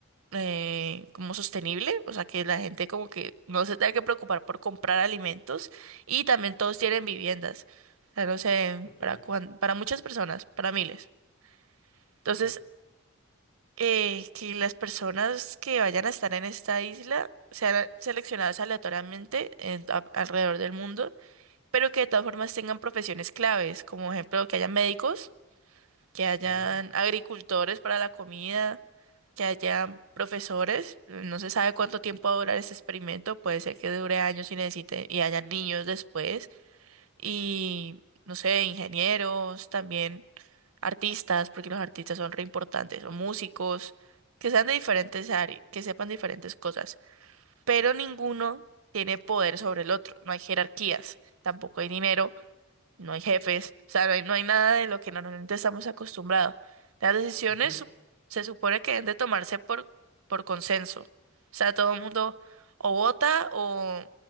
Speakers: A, on the right; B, on the left.
A: eh, como sostenible, o sea que la gente como que no se tenga que preocupar por comprar alimentos y también todos tienen viviendas, o sea, no sé,
B: Ok.
A: para, cuan- para muchas personas, para miles. Entonces,
B: Sí,
A: eh, que las personas que vayan a estar en esta isla sean seleccionadas aleatoriamente en- a- alrededor del mundo, pero que de todas formas tengan profesiones claves, como ejemplo que haya médicos, que hayan
B: sí.
A: agricultores para la comida, que haya profesores. No se sabe cuánto tiempo va a durar este experimento, puede ser que dure años y necesite y haya niños después, y no sé, ingenieros también artistas, porque los artistas son re importantes, o músicos, que sean de diferentes áreas, que sepan diferentes cosas, pero ninguno tiene poder sobre el otro, no hay jerarquías, tampoco hay dinero, no hay jefes, o sea, no hay, no hay nada de lo que normalmente estamos acostumbrados. Las decisiones
B: Ujú.
A: su- se supone que deben de tomarse por, por consenso, o sea, todo el mundo o vota o,